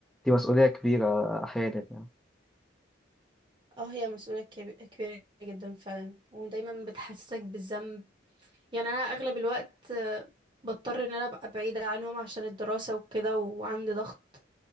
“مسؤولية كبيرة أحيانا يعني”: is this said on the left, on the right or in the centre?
Centre